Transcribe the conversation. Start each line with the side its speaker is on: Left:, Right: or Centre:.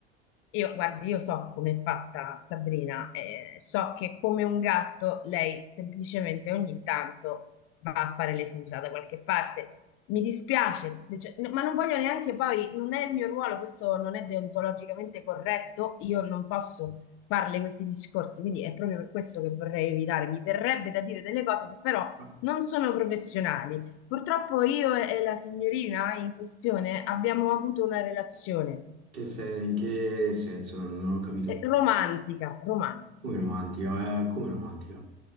Left: Io, guardi, io so come è fatta Sabrina, eh, so che come un gatto lei semplicemente ogni tanto va a fare le fusa da qualche parte. Mi dispiace, cioè, no, ma non voglio neanche poi, non è il mio ruolo, questo non è deontologicamente corretto, io non posso farle questi discorsi, quindi è proprio per questo che vorrei evitare. Mi verrebbe da dire delle cose che però
Right: In
Left: non sono professionali. Purtroppo io e e la signorina in questione abbiamo avuto una relazione
Right: che, sen- in che senso? Non ho capito.
Left: eh, romantica, romantica
Right: Come romantica, ma come romantica?